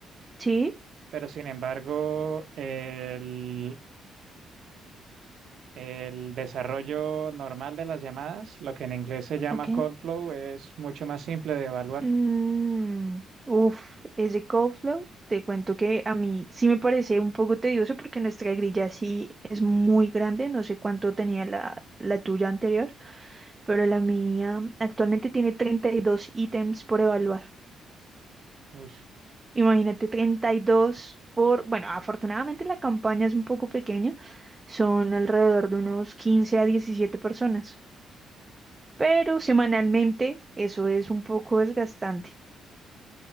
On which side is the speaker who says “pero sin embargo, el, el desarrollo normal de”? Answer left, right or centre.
Right